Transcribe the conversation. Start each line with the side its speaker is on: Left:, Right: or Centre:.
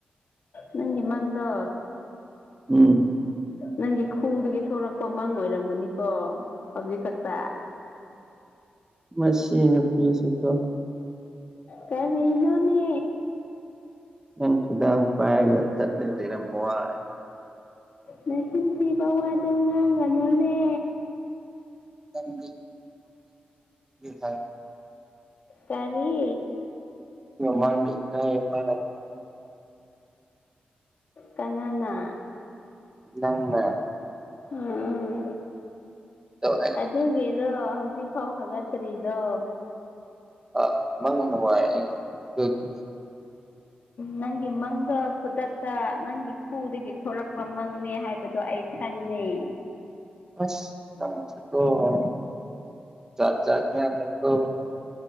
Left: ꯅꯪꯒꯤ ꯃꯥꯡꯗꯣ
Right: ꯎꯝ
Left: ꯅꯪꯒꯤ ꯈꯨꯗꯒꯤ ꯊꯣꯔꯛꯄ ꯃꯪ ꯑꯣꯏꯔꯝꯒꯅꯤꯀꯣ ꯍꯧꯖꯤꯛ ꯈꯛꯇ
Right: ꯃꯁꯤꯟ ꯄꯤꯁꯀ
Left: ꯀꯃꯤꯅꯣꯅꯦ
Right: ꯅꯪ ꯈꯨꯗꯥꯡ ꯄꯥꯏꯔꯒ ꯆꯠꯂꯒ ꯂꯩꯔꯝꯕ ꯋꯥꯔꯦ
Left: ꯅ ꯆꯤꯟꯊꯤꯕ ꯋꯥꯗꯣ ꯉꯥꯡꯒꯅꯨꯅꯦ
Right: ꯆꯗꯤ ꯍꯥꯏ
Left: ꯀꯔꯤ
Right: ꯃꯂꯤ ꯄꯔ
Left: ꯀꯅꯥꯅ
Right: ꯏ
Left: ꯎꯝ
Right: ꯑꯗꯣ ꯑꯩꯅꯗꯤ
Left: ꯑꯗꯨꯒꯤꯔꯣ ꯍꯧꯖꯤꯛ ꯐꯥꯎ ꯐꯒꯠꯇ꯭ꯔꯤꯗꯣ
Right: ꯑ ꯃꯪ ꯅꯨꯡꯉꯥꯏ ꯑꯗꯨꯒꯤ
Left: ꯅꯪꯒꯤ ꯃꯪꯗꯣ ꯈꯨꯗꯛꯇ ꯅꯪꯒꯤ ꯈꯨꯗꯒꯤ ꯊꯣꯔꯛꯄ ꯃꯪꯅꯦ ꯍꯥꯏꯕꯗꯣ ꯑꯩ ꯆꯟꯅꯩ
Right: ꯑꯁ ꯃꯀꯥꯠꯖꯥꯠꯅꯤꯀꯣ